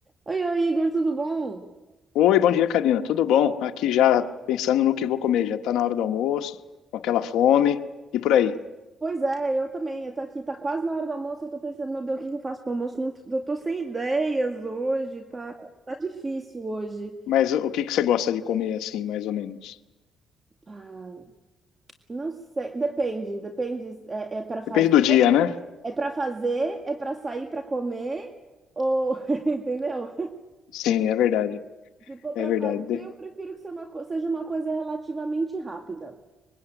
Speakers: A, on the right; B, on the left.
A: Oi, oi, Igor, tudo bom?
B: Oi, bom dia, Karina. Tudo bom? Aqui já pensando no que vou comer. Já está na hora do almoço, com aquela fome e por aí.
A: Pois é, eu também. Eu tô aqui, tá quase na hora do almoço. Eu tô pensando, meu Deus, o que que eu faço pro almoço? Não, eu tô sem ideias hoje, tá, tá difícil hoje.
B: Mas o que que você gosta de comer assim, mais ou menos?
A: Ah, não sei, depende, depende. É, é para fazer,
B: Depende do dia, né?
A: é para fazer, é para sair para comer, ou <laughs> entendeu?
B: Sim, é verdade.
A: Se for
B: É
A: para
B: verdade.
A: fazer, eu prefiro que seja uma, co- seja uma coisa relativamente rápida.